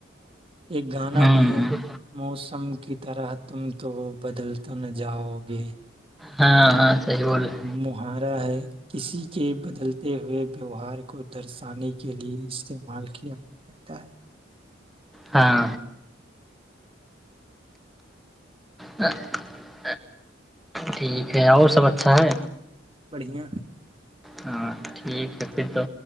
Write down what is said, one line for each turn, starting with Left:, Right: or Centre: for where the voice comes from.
Right: ایک گانا
Centre: ہوں
Right: بھی ہے موسم کی طرح تم تو بدل تو نہ۔ جاؤ گے۔
Centre: ہاں ہاں۔ صحیح بول رہے
Right: محان۔ رہ ہے کسی کے بدلتے ہوئے ویوہار کو درشانے کے لئے استعمال کیا جاتا ہے۔
Centre: ہاں۔ ا <inaudible> ٹھیک ہے اور سب اچھا ہے۔
Right: بڑھیا۔
Centre: ہاں ٹھیک ہے پھر تو۔